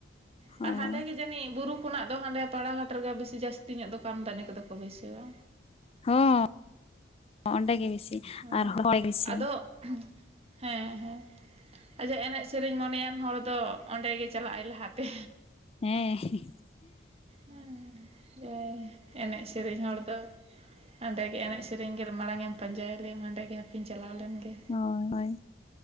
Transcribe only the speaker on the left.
ᱦᱳᱭ
ᱦᱚᱸ ᱚᱸᱰᱮ ᱜᱮ ᱵᱮᱥᱤ
ᱟᱨ ᱵᱮᱥᱤ᱾
ᱦᱮᱸ
ᱦᱳᱭ ᱦᱳᱭ